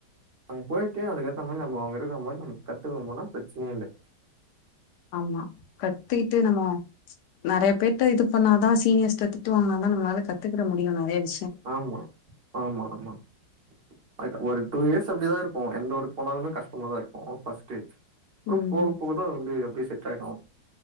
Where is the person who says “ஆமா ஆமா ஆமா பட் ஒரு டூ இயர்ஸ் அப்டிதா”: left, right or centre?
Right